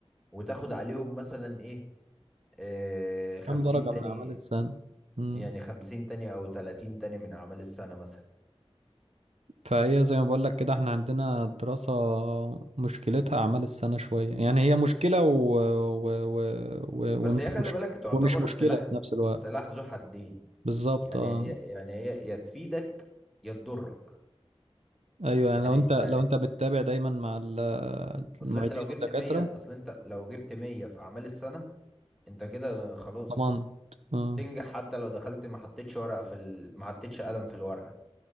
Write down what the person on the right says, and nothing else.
كام درجه
من اعمال السنه امم
فهي زي ما بقول لك كده احنا عندنا الدراسه مشكلتها اعمال السنه شويه يعني هي مشكله و... و... و... و...
ومش
مش...
ومش مشكله
في نفس الوقت
بالظبط
اه
ايوه يعني
لو انت لو
انت بتتابع دايما مع ال- المعيدين
والدكاتره
ضمان اه